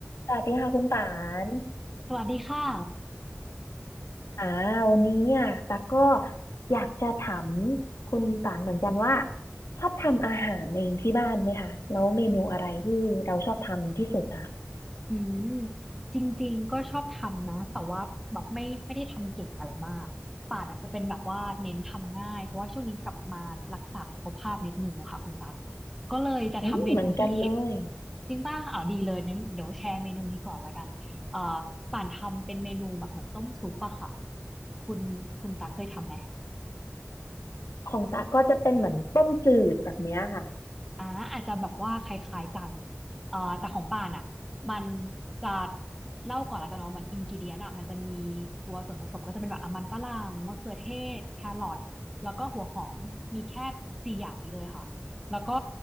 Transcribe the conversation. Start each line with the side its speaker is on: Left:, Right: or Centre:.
Left: สวัสดีค่ะคุณป่าน
Centre: สวัสดีค่ะ
Left: อ่าวันนี้เนี่ยตั๊กก็อยากจะถามคุณป่านเหมือนกันว่าชอบทำอาหารเองที่บ้านไหมคะแล้วเมนูอะไรที่เราชอบทำที่สุดคะ
Centre: อืมจริงๆ ก็ชอบทำนะ แต่ว่าแบบไม่ไม่ได้ทำเก่งอะไรมาก ป่านอ่ะจะเป็นแบบว่าเน้นทำง่าย เพราะว่าช่วงนี้กลับมารักษาสุขภาพนิดนึงอะค่ะคุณตั๊กก็เลยจะทำเมนูที่
Left: อืมเหมือนกันเลย
Centre: จริงป่ะอ้าวดีเลยนั้นเดี๋ยวแชร์เมนูนี้ก่อนละกันเอ่อป่านทำเป็นเมนูแบบเหมือนต้มซุปอะค่ะ คุณคุณตั๊กเคยทำไหม
Left: ของตั๊กก็จะเป็นเหมือนต้มจืดแบบเนี้ยค่ะ
Centre: อ่าอาจจะแบบว่าคล้ายๆกันเอ่อแต่ของป่านอ่ะมันจะเล่าก่อนละกันเนาะเหมือนอินกิเดียนอ่ะมันจะมีตัวส่วนผสมก็จะเป็นแบบอ่ะมันฝรั่งมะเขือเทศแครอทแล้วก็หัวหอมมีแค่สี่อย่างนี้เลยค่ะแล้วก็